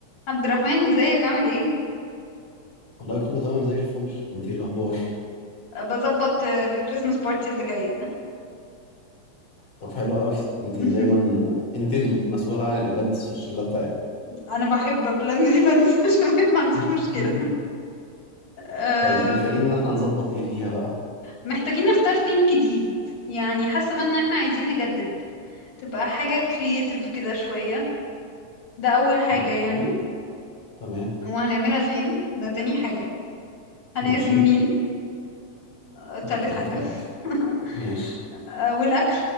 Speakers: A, on the left; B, on the left.
A: عبد الرحمن ازيك عامل ايه
B: والله كله تمام زي الفل انت ايه الاخبار
A: بظبط آه، الكريسماس بارتي اللي جايه
B: طب حلو قوي انت
A: <laughs>
B: دايما انت اللي مسؤولة عن الايفنتس في الشلة بتاعتك
A: انا بحب بلان الايفنتس <laughs> عشان ما عنديش
B: <laughs>
A: مشكله آم،
B: طيب محتاجين ان احنا نظبط ايه فيها بقى
A: محتاجين نختار ثيم جديد يعني حاسه بان احنا عايزين نجدد تبقى حاجه كرييتيف كده شويه ده اول حاجه
B: ماشي
A: يعني
B: تمام
A: وهنعملها فين ده تاني حاجه هنعزم
B: ماشي
A: مين آه، تالت
B: تالت
A: حاجه
B: حاجة
A: <laughs>
B: ماشي
A: آه، والاكل